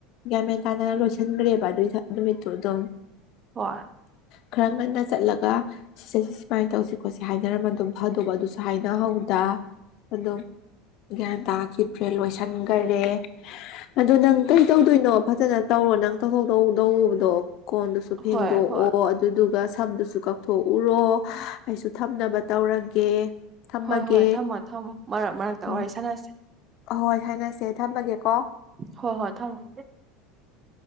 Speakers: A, on the left; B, on the right.
A: ꯌꯥꯟ ꯃꯦꯟ ꯇꯥꯅ ꯂꯣꯏꯁꯟꯒ꯭ꯔꯦꯕ ꯑꯗꯨꯏ ꯅꯨꯃꯤꯠꯇꯨ ꯑꯗꯨꯝ
B: ꯍꯣꯏ
A: ꯈꯔ ꯉꯟꯅ ꯆꯠꯂꯒ ꯁꯤꯁꯦ ꯁꯤ ꯁꯨꯃꯥꯏꯟ ꯇꯧꯁꯤ ꯈꯣꯠꯁꯤ ꯍꯥꯏꯅꯔꯝꯕ ꯑꯗꯨꯝ ꯐꯗꯧꯕ ꯑꯗꯨꯁꯨ ꯍꯥꯏꯅꯍꯧꯗ ꯑꯗꯨꯝ ꯌꯥꯟ ꯇꯥꯈꯤꯗ꯭ꯔꯦ ꯂꯣꯏꯁꯟꯒꯔꯦ ꯑꯗꯨ ꯅꯪ ꯀꯩ ꯇꯧꯗꯣꯏꯅꯣ ꯐꯖꯅ ꯇꯧꯔꯣ ꯅꯪ <unintelligible> ꯀꯣꯟꯗꯨꯁꯨ ꯐꯦꯡꯗꯣꯛꯑꯣ
B: ꯍꯣꯏ ꯍꯣꯏ
A: ꯑꯣ ꯑꯗꯨꯗꯨꯒ ꯁꯝꯗꯨꯁꯨ ꯀꯛꯊꯣꯛꯎꯔꯣ ꯑꯩꯁꯨ ꯊꯝꯅꯕ ꯇꯧꯔꯒꯦ ꯊꯝꯃꯒꯦ
B: ꯍꯣꯏ ꯍꯣꯏ ꯊꯝꯃꯣ ꯊꯝꯃꯣ ꯃꯔꯛ ꯃꯔꯛꯇ
A: ꯎꯝ
B: ꯋꯥꯔꯤ ꯁꯥꯟꯅꯁꯦ
A: ꯍꯣꯏ ꯊꯅꯁꯦ ꯊꯝꯃꯒꯦꯀꯣ
B: ꯍꯣꯏ ꯍꯣꯏ ꯊꯝꯃꯣ